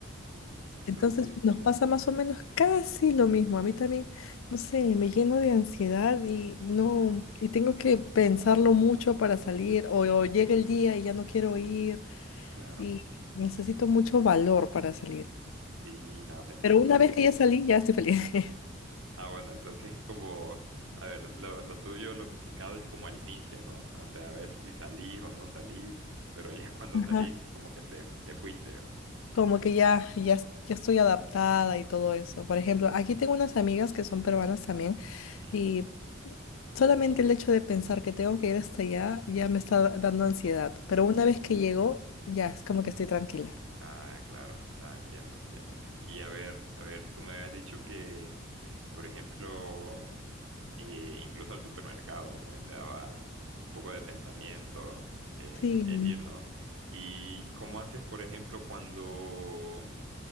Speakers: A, on the right; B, on the left.
A: sí, entonces,
B: Entonces nos pasa más o menos casi lo mismo. A mí también, no sé, me lleno de ansiedad y no, y tengo que pensarlo mucho para salir
A: Ujú.
B: o, o llega el día y ya no quiero ir
A: claro,
B: y necesito mucho valor para salir.
A: sí, nada, te entiendo.
B: Pero una vez que ya salí, ya estoy feliz. <laughs>
A: Ah, bueno, entonces es como, a ver, lo, lo tuyo, lo complicado es como al inicio, ¿no? O sea, a ver si salís o no salís, pero ya <laughs> cuando
B: Ajá.
A: salís, como que te, te fuiste, ¿no?
B: Como que ya, ya, es- ya estoy adaptada y todo eso. Por ejemplo, aquí tengo unas amigas que son peruanas también
A: Ujú.
B: y solamente el hecho de pensar que tengo que ir hasta allá ya me está da- dando ansiedad. Pero una vez que llego, ya es como que estoy tranquila.
A: Ah, claro, no, entiendo, entiendo. Y a ver, a ver, tú me habías dicho que, por ejemplo, eh, incluso al supermercado, como que te daba un poco de pensamiento eh,
B: Sí.
A: el ir, ¿no? ¿Y cómo haces, por ejemplo, cuando